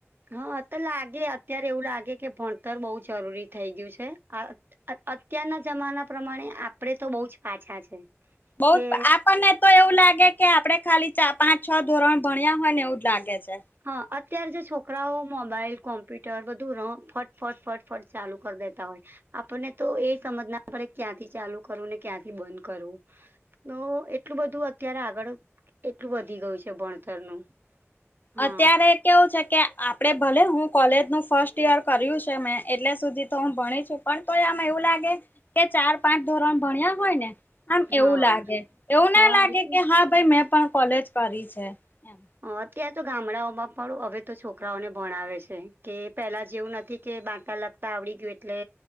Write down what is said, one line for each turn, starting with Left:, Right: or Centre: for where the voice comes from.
Right: હ તો લાગે અત્યારે એવું લાગે કે ભણતર બવ જરૂરી થઈ ગયું છે, આ અત અત્યારના જમાના પ્રમાણે આપડે તો બવ જ પાછા છે.
Left: બહું
Right: કે
Left: જ આપણને તો તો એવું લાગે કે આપણે ખાલી ચા પાંચ છ ધોરણ ભણ્યા હોય ને એવું જ લાગે છે.
Right: હા અત્યારે જો છોકરાઓ મોબાઈલ કોમ્પ્યુટર બધું ર ફટફટ ફટફટ ચાલુ કરી દેતા હોય. આપણને તો એ સમજ ના પડે ક્યાંથી ચાલુ કરવું ને ક્યાંથી બંધ કરવું. તો એટલું બધું અત્યારે આગળ એટલું વધી ગયું છે ભણતરનું. હા
Left: અત્યારે કેવું છે કે આપડે ભલે હું કોલેજનું ફર્સ્ટ યર કર્યું છે, મેં એટલે સુધી તો હું ભણી છુ, પણ તો આમાં એવું લાગે કે ચાર પાંચ ધોરણ ભણ્યા હોય ને. આમ
Right: હા
Left: એવું લાગે એવું ના
Right: હા
Left: લાગે
Right: એટલે
Left: કે હા ભાઈ મેં પણ કોલેજ કરી છે. એમ
Right: અ અત્યારે તો ગામડાઓમાં પણ હવે તો છોકરાઓને ભણાવે છે કે પહેલા જેવું નથી કે બાળપ તા આવડી ગિયુ એટલે